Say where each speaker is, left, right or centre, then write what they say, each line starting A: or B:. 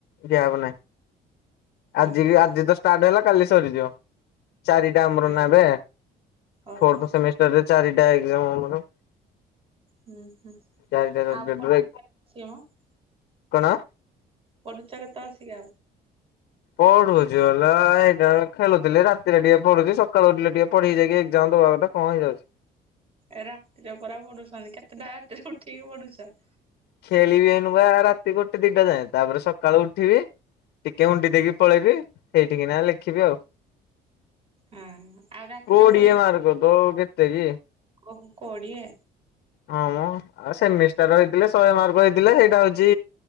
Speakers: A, on the left; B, on the right.
A: ଗ୍ୟାପ ନାହିଁ
B: ହୁଁ
A: ଆଜି କି-
B: ହୁଁ
A: ଆଜି ତ ଷ୍ଟାର୍ଟ ହେଲା କାଲି ସରିଯିବ ଚାରିଟା ଆମର
B: ହଁ
A: ନା ଏବେ
B: ଓହୋ
A: ଫୋର୍ଥ ସେମି ତା ଦିଅରେ ଚାରିଟା ଏକ୍ଜାମ୍ ଆମର।
B: ହୁଁ ହୁଁ
A: ଚାରିଟା ସବଜେକ୍ଟ
B: ଆଉ <unintelligible>
A: ରେ କଣ?
B: ପଢ଼ୁଚ କେତେବଳେ ଆସି କି ଆଉ?
A: ପଢୁଚି ହେଲା ଏଇନେ ଖେଳୁଥିଲି ରାତିରେ ଟିକେ ପଢୁଚି ସ ସକାଳୁ ଉଠିଲେ ଟିକେ ପଢିକି ଯାଇକି ଏକ୍ଜାମ୍ ଦବା କଥା କଣ ହେଇଯାଉଚି।
B: ଏ ରାତିରେ ପରା ପଢୁସନି କେତେଟା ରାତିରେ ଉଠିକି ପଢୁଚ?
A: ଖେଳିବି ଏଇନୁକା ରାତି ଗୋଟେ ଦିଟା ଯାଏଁ ତାପରେ ସକାଳୁ ଉଠିବି ଟିକେ ଉଣ୍ଡି ଦେଇକି ପଳେଇବି ହେଇଟିକି ନା ଲେଖିବି ଆଉ।
B: ଅଁ -ହଁ ଆଉ ରାତିରେ
A: କୋଡିଏ
B: ପଢୁଚ
A: ମାର୍କ ତ କେତେ କି
B: ଓ କୋଡ଼ିଏ।
A: ହଁ ମ ଆଉ ସେମିଷ୍ଟାର ହେଇଥିଲେ ଶହେ ମାର୍କ ହେଇଥିଲେ ହେଇଟା ହଉଚି